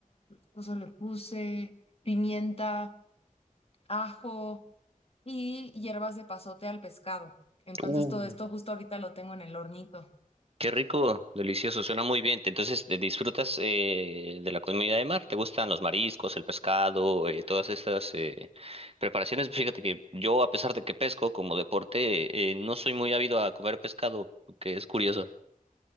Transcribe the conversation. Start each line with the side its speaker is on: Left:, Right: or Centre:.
Left: cosa le puse? Pimienta, ajo y hierbas de pasote al pescado. Entonces
Right: Uh,
Left: todo esto justo ahorita lo tengo en el hornito.
Right: qué rico, delicioso, suena muy bien. Entonces, ¿te ¿disfrutas eh, de la comida de mar? ¿Te gustan los mariscos, el pescado, eh, todas estas eh, preparaciones? Fíjate que yo, a pesar de que pesco como deporte, eh, no soy muy ávido a comer pescado, que es curioso.